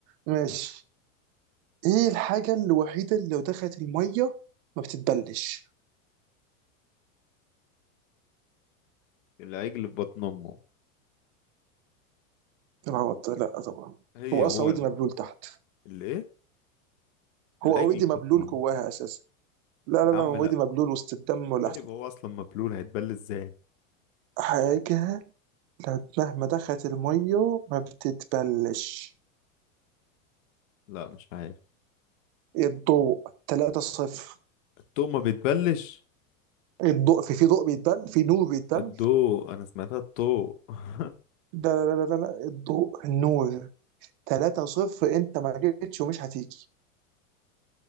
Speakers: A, on the right (about 50°); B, on the left (about 65°).
A: ماشي ايه الحاجه الوحيده اللي لو دخلت الميه ما بتتبلش
B: العجل في بطن امه
A: العوض لا طبعا
B: هي
A: هو
B: هو
A: اصلا اوريدي
B: ال-
A: مبلول تحت
B: اللي ايه العجل
A: هو اوريدي
B: في بطن
A: مبلول
B: امه
A: جواها اساسا لا لا
B: يا عم
A: لا هو اوريدي
B: لا
A: مبلول وسط الدم ولا
B: طيب هو اصلا مبلول هيتبل ازاي
A: حاجه لو مهما دخلت الميه ما بتتبلش
B: لا مش عارف
A: الضوء 3-0
B: الضوء ما بيتبلش
A: الضوء في في ضوء بيتبل في نور بيتبل
B: الضوء انا سمعتها الضوء <laughs>
A: لا لا لا لا لا الضوء النور 3-0 انت ما جيتش ومش هتيجي